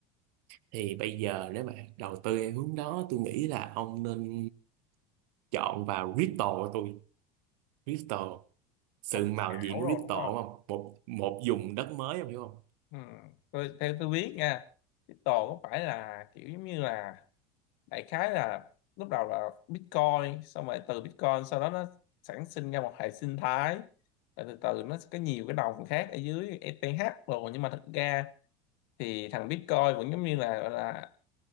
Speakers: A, on the right; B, on the left.
A: thì bây giờ nếu mà đầu tư theo hướng đó tôi nghĩ là ông nên chọn vào crypto của tôi crypto sừng
B: lòng
A: màu gì
B: ảo
A: của
B: rồi
A: crypto
B: đúng không
A: không một một vùng đất mới ông hiểu không
B: ừ. tôi, theo tôi biết nha crypto có phải là kiểu giống như là đại khái là lúc đầu là Bitcoin xong rồi từ Bitcoin sau đó nó sản sinh ra một hệ sinh thái rồi từ từ nó có nhiều cái đồng khác ở dưới ETH rồi nhưng mà thực ra thì thằng Bitcoin vẫn giống như là gọi là